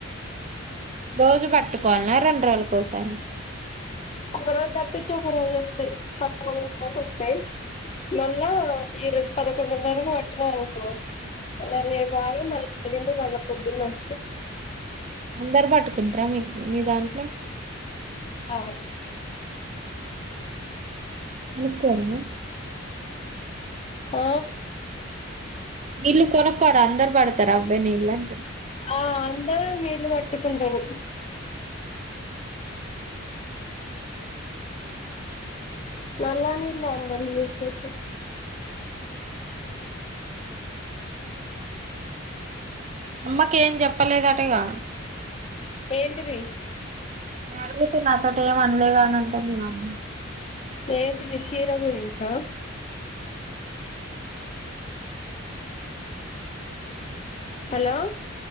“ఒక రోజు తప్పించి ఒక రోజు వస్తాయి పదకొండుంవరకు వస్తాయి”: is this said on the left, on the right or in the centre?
Left